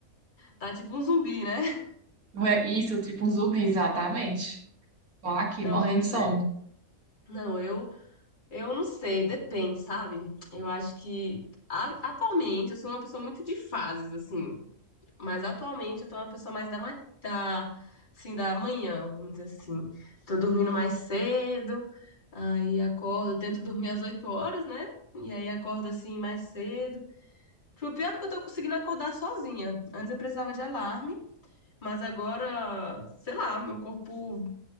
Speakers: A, on the left; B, on the right.
A: Tá tipo um zumbi, né? <laughs>
B: Não é isso, tipo um zumbi, exatamente. Tô aqui
A: Não,
B: morrendo
A: pois
B: de sono.
A: é. Não, eu eu não sei, depende, sabe? Eu acho que a- atualmente eu sou uma pessoa muito de fases, assim. Mas atualmente eu tô uma pessoa mais da, ma- da assim, da manhã, vamos dizer assim. Tô dormindo mais cedo, aí acordo, tento dormir às 8 horas, né? E aí acordo assim mais cedo. O pior é que eu tô conseguindo acordar sozinha. Antes eu precisava de alarme, mas agora, sei lá, meu corpo